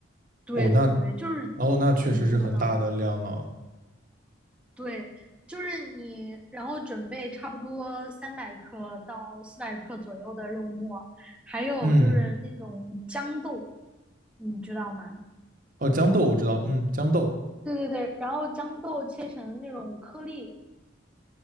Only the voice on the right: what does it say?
哦，那
哦，那确实是很大的量了。
嗯，
哦，豇豆我知道，嗯，豇豆，